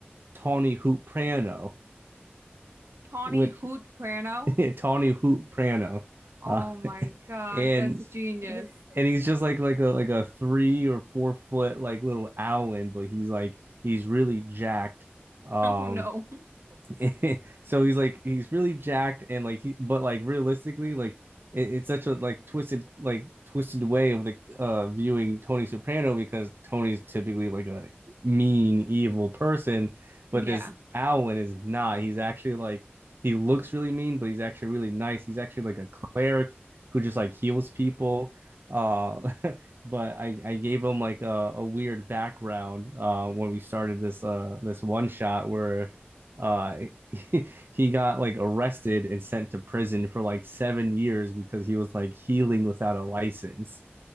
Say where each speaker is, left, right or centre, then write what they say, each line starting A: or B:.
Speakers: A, on the right; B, on the right.
A: Tawny Hoop Prano,
B: Tawny
A: which
B: Hoot Prano.
A: <laughs> Tawny Hoop Prano,
B: Oh
A: uh,
B: my gosh,
A: and
B: that's genius.
A: and
B: <laughs>
A: he's just like like a like a three or four foot like little owlin, but he's like he's really jacked. Um,
B: Oh no.
A: <laughs> so he's like he's really jacked and like he but like realistically like it, it's such a like twisted like twisted way of the uh viewing Tony Soprano because Tony's typically like a mean evil person
B: Yeah.
A: but this Alwyn is not he's actually like he looks really mean but he's actually really nice he's actually like a cleric who just like heals people uh <laughs> but i i gave him like a, a weird background uh when we started this uh this one shot where uh <laughs> he got like arrested and sent to prison for like seven years because he was like healing without a license.